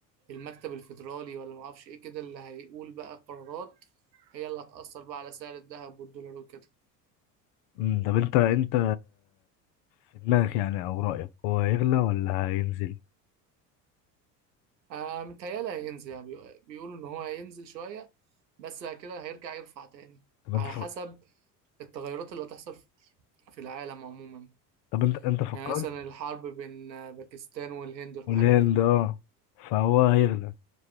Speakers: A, on the right; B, on the left.
A: المكتب الفيدرالي ولا معرفش ايه كده اللي هيقول بقى قرارات هي اللي هتأثر بقى على سعر الذهب والدولار وكده
B: امم طب انت انت في دماغك يعني او رايك هو هيغلى ولا هينزل؟
A: آه متهيألي هينزل يعني بيقو- بيقولوا إن هو هينزل شوية بس بعد كده هيرجع يرفع تاني
B: طب انت
A: على حسب التغيرات اللي هتحصل في في العالم عموما
B: طب انت انت فكرت
A: يعني مثلا الحرب بين آه، باكستان والهند والحاجات
B: والهند
A: دي
B: اه فهو هيغلى